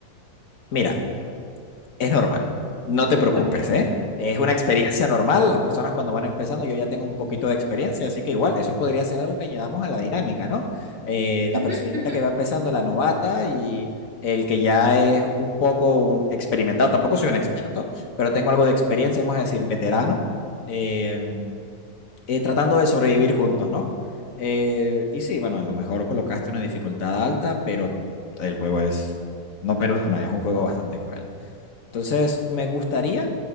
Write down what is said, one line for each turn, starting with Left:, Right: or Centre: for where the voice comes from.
Left: Mira, es normal. No te preocupes,
Right: Ok.
Left: ¿eh? Es una experiencia normal. Las personas cuando van empezando, yo ya tengo un poquito de experiencia, así que igual, eso podría ser algo que añadamos a la dinámica, ¿no? Eh, la
Right: Ujú,
Left: personita
Right: ujú.
Left: que va empezando, la novata y el que ya es un poco experimentado, tampoco soy un experto, pero tengo algo de experiencia, vamos a decir, veterano, eh, eh, tratando de sobrevivir juntos, ¿no? Eh, y sí, bueno, a lo mejor colocaste una dificultad alta, pero el juego es, no perdona, es un juego bastante cruel. Entonces, me gustaría